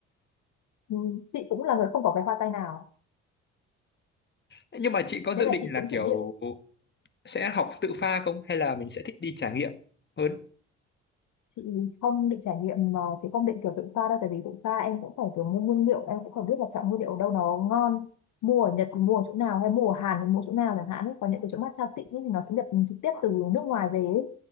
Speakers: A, on the left; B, on the left.
A: Ừ, chị cũng là người không có cái hoa tay nào.
B: nhưng mà chị có
A: Nên
B: dự
A: là
B: định
A: chị
B: là
A: cũng
B: kiểu
A: chỉ biết,
B: sẽ học tự pha không hay là mình sẽ thích đi trải nghiệm hơn
A: chị không định trải nghiệm mà chị không định kiểu tự pha đâu. Tại vì tự pha em cũng phải kiểu mua nguyên liệu, em cũng phải biết là chọn nguyên liệu ở đâu nó ngon. Mua ở Nhật thì mua ở chỗ nào hay mua ở Hàn thì mua chỗ nào chẳng hạn ấy. Còn những cái chỗ matcha xịn ấy thì nó sẽ nhập trực tiếp từ nước ngoài về ấy.